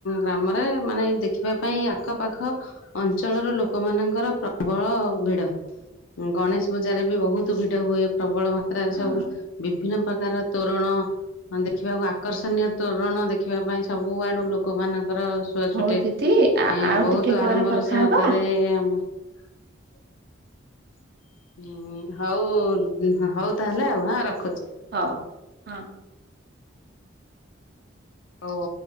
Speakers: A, on the left; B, on the right.
A: ଗ୍ରାମରେ ମାନେ ଦେଖିବା ପାଇଁ ଆଖପାଖ ଖ ଅଞ୍ଚଳର ଲୋକମାନଙ୍କର ପ୍ରବଳ ଭିଡ଼। ଗଣେଶ ପୂଜାରେ ବି ବହୁତ ଭିଡ଼ ହୁଏ ପ୍ରବଳ ମାତ୍ରାରେ
B: ହଁ
A: ସବୁ ବିଭିନ୍ନ ପ୍ରକାର ତୋରଣ ଦେଖିବାକୁ ଆକର୍ଷଣୀୟ ତୋରଣ ଦେଖିବା ପାଇଁ ସବୁ ଆଡୁ ଲୋକମାନଙ୍କ ର ଶୁଅ
B: ହଉ
A: ଛୁଟେ
B: ଦିଦି ଆ- ଆଉ
A: ବହୁତ
B: ଟିକେ ପରେ
A: ଆଡମ୍ବର
B: କଥା
A: ସହକାରେ
B: ହବା
A: ଆମ <inaudible> ହୁଁ ହଉ ହଉ ତାହେଲେ ଆଉ ହ ରଖ
B: ହଁ ହଁ।
A: ଓହୋ।